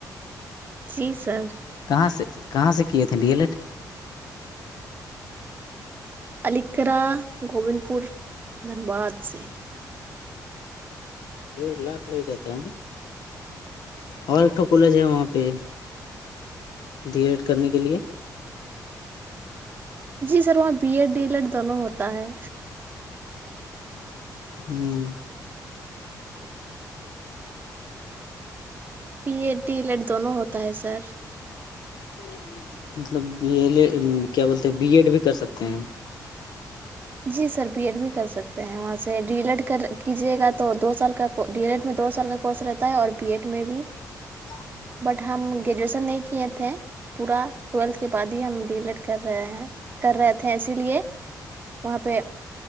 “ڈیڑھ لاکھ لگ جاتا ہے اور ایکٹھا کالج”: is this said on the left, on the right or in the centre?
Left